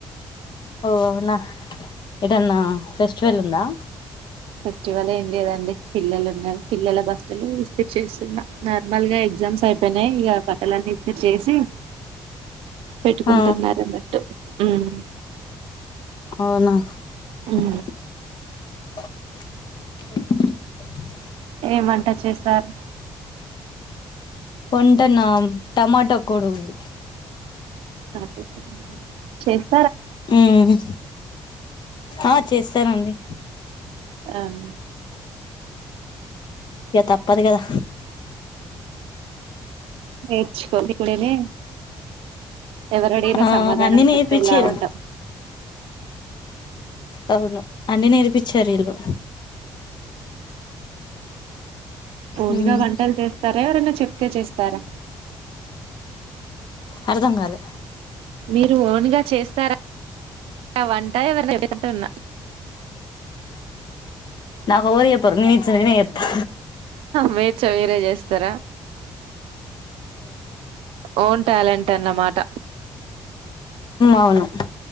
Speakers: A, on the left (about 55°); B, on the right (about 85°).
A: ఓ అవునా ఏదన్నా ఫెస్టివల్ ఉందా
B: ఫెస్టివల్ ఏం లేదండి పిల్లలు ఉన్నారు పిల్లల బస్సులు విసిట్ చేస్తున్నా నార్మల్ గా ఎగ్జామ్స్ అయిపోనాయి ఇక పక్కలన్న ఇ చేసి పెట్టుకుంటున్నరు
A: ఆ
B: అన్నట్టు ఉమ్
A: అవునా
B: ఉమ్
A: బోల సౌండ్
B: ఏం వంట చేశారు
A: వంటన టమాటో కోడిగుడ్డు
B: వంట నా చేస్తున్నాము
A: ఉహు ఆ చేస్తనండి
B: అవునా,
A: ఇగ తప్పదు కదా
B: నేర్చుకోవాలి ఇప్పుడే ఎవరడిగినా
A: ఆ
B: సమాధానం
A: అన్నీ నేర్పిచ్చిర్రు
B: చెప్పేలా ఉంటాం
A: అవును అన్నీ నేర్పించారు వీళ్ళు
B: ఓనుగా
A: మ్మ్
B: వంటలు చేస్తారా ఎవరనా చెప్తే చేస్తారా
A: అర్ధంకాలె
B: మీరు ఓన్ గా చేస్తారా వంట ఎవరైనా చెప్తారా పెట్టన్న
A: నాకు ఎవరు చెప్పారు నా ఇచ్చి నేనే చేస్తా
B: మేర్చ వేరే చేస్తారా ఓన్ ట్యాలెంట్ అన్నమాట
A: అవును